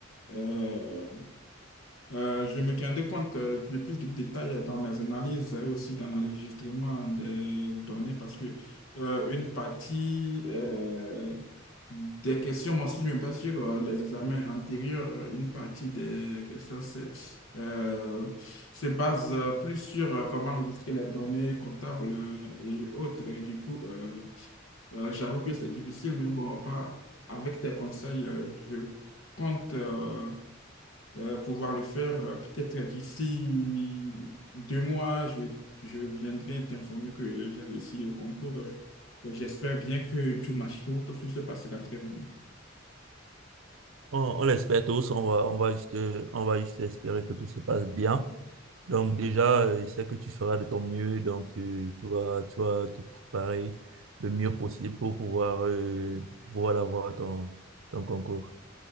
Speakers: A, on the left; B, on the right.
A: euh, euh, je me tiendrai compte euh, le plus de détails dans mes analyses et aussi dans l'enregistrement des données parce que euh, une partie euh, des questions, moi aussi je me base sur euh, les examens antérieurs, une partie des questions c'est, euh, se base euh, plus sur euh, comment enregistrer les données comptables euh, et autres. Et du coup, euh, euh, j'avoue que c'est difficile, mais bon, pas avec tes conseils, euh, je compte. euh, euh, pouvoir le faire. Euh, Peut-être d'ici deux mois, je, je viendrai t'informer que j'ai réussi au concours. Euh, J'espère bien que tout marche, tout, tout se passera très bien.
B: On, on l'espère tous, on va, on va juste, on va juste espérer que tout se passe bien. Donc déjà, euh, je sais que tu feras de ton mieux, donc euh, tu vas, tu vas te préparer le mieux possible pour pouvoir, euh, pouvoir avoir ton, ton concours.